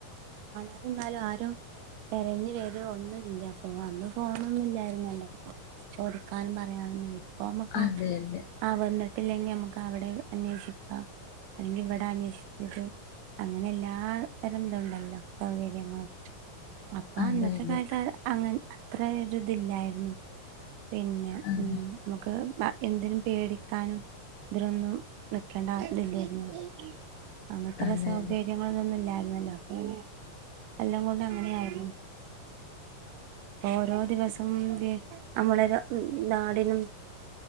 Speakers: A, on the right; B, on the left.
A: കാണാത എന്നാലും ആരും തിരഞ്ഞു പേര് ഒന്നുംല്ല പോഅന്ന് പോ- അന്നോന്നില്ലായിരുന്നല്ലോ ചോദിക്കാനും പറയാനോ- അമുക്ക്
B: അതെ അതെ
A: ആ വന്നിട്ട്- പട്ടില്ലെങ്കിൽ നമുക്ക് അവിടെ അന്വേഷിക്കാം അല്ലെങ്കിൽ ഇവിടെ അന്വേഷിച്ചത് അങ്ങനെ എല്ലാ തരം ഇതു ഉണ്ടല്ലോ സൗകര്യങ്ങളും അപ്പൊ
B: അതെ
A: അന്നത്തെ
B: അതെ
A: കാലത്ത് അങ്ങ അത്ര ഒരിതില്ലായിരുന്നു- പിന്നെ
B: അതെ
A: ഉം നമുക്ക് എന്തിനും പേടിക്കാനും ഇതിനലൊന്നും നിക്കേണ്ട ഇതില്ലേര്ന്നു അന്ന്ത്ര
B: അതെ
A: സൗകര്യങ്ങളുംതൊന്നുല്ലാ
B: അതെ
A: <unintelligible> അപ്പപിന്നെ എല്ലം കൊണ്ടും അങ്ങനെയായിരുന്നു ഓരോ ദിവസം നമ്മളെ നാടിനും